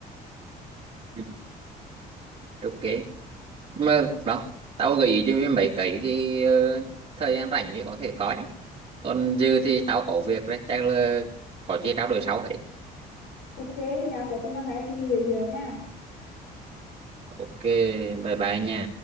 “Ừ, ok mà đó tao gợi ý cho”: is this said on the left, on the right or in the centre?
Right